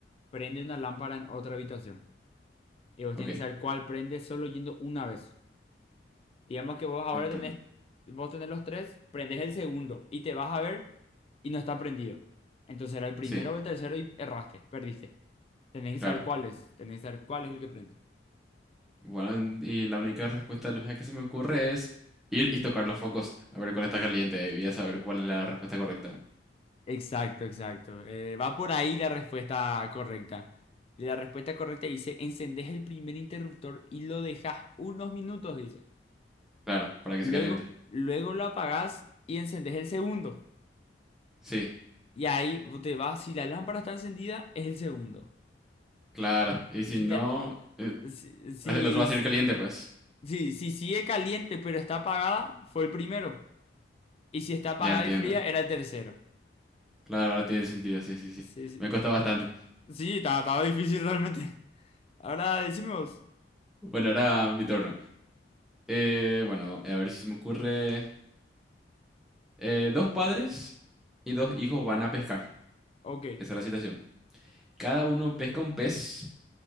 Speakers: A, on the left (about 35°); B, in the centre.
A: prende una lámpara en otra habitación. Y vos
B: Ok,
A: tenés que saber cuál prende solo yendo una vez. Digamos que vos ahora
B: o el prende.
A: tenés, vos tenés los tres, prendés el segundo y te vas a ver y no está prendido. Entonces era el primero
B: Sí,
A: o el tercero y erraste, perdiste. Tenés que saber
B: claro.
A: cuál es, tenés que saber cuál es el que prende.
B: Bueno, y la única respuesta lógica que se me ocurre es ir y tocar los focos, a ver cuál está caliente, y a saber cuál es la respuesta correcta.
A: Exacto, exacto. Eh, va por ahí la respuesta correcta. Y La respuesta correcta dice, encendés el primer interruptor y lo dejas unos minutos, dice.
B: Claro, para que
A: Luego,
B: se caliente.
A: luego lo apagás y encendés el segundo.
B: Sí,
A: Y ahí te vas, si la lámpara está encendida, es el segundo.
B: claro. Y si
A: Si
B: no,
A: la,
B: eh,
A: Si, si,
B: el otro va a salir caliente, pues.
A: si, si sigue caliente pero está apagada, fue el primero. Y si está apagada
B: Ya entiendo.
A: y fría, era el tercero.
B: Claro, ahora tiene sentido, sí, sí, sí.
A: Sí, sí.
B: Me cuesta bastante.
A: Sí, estaba, estaba difícil realmente. <laughs> Ahora decimos,
B: Bueno, ahora mi turno. Eh, bueno, a ver si se me ocurre. Eh, dos padres y dos hijos van a pescar.
A: ok,
B: Esa es la situación. Cada uno pesca un pez,